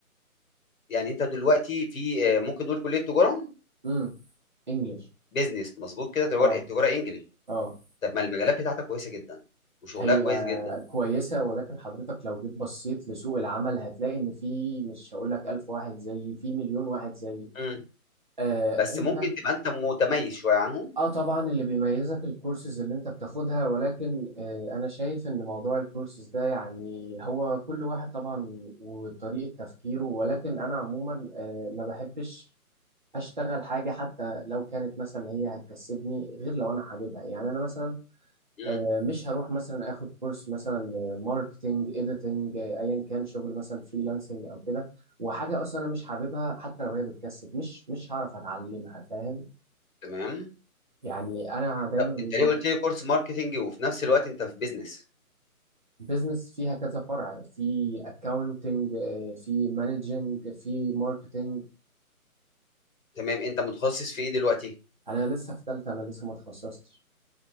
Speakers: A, on the left; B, on the right.
A: يعني أنت دلوقتي في آآ ممكن نقول كلية تجارة؟
B: امم إنجلش
A: بيزنس مظبوط كده تجاره
B: أه
A: تجاره انجليش
B: أه
A: طب ما المجالات بتاعتك كويسه جدا وشغلها
B: هي
A: كويس جدا
B: كويسة ولكن حضرتك لو جيت بصيت لسوق العمل هتلاقي إن في مش هقول لك ألف واحد زيي في مليون واحد زيي
A: امم
B: آه
A: بس
B: أنت
A: ممكن تبقى انت متميز شويه عنهم
B: آه طبعا اللي بيميزك الكورسز اللي أنت بتاخدها ولكن آه أنا شايف إن موضوع الكورسز ده يعني هو كل واحد طبعا وطريقة تفكيره ولكن أنا عموما آه ما بحبش أشتغل حاجة حتى لو كانت مثلا هي هتكسبني غير لو أنا حاببها يعني أنا مثلا
A: امم
B: آه، مش هروح مثلا اخد كورس مثلا ماركتنج اديتنج ايا كان شغل مثلا فريلانسنج او كده وحاجه اصلا انا مش حاببها حتى لو هي بتكسب مش مش هعرف اتعلمها فاهم
A: تمام
B: يعني انا دايما
A: طب انت ليه
B: رابط
A: قلت لي كورس ماركتينج وفي نفس الوقت انت في بيزنس
B: بزنس فيها كذا فرع في اكاونتنج في مانجنج في ماركتنج
A: تمام انت متخصص في ايه دلوقتي
B: انا لسه في ثالثه انا لسه ما اتخصصتش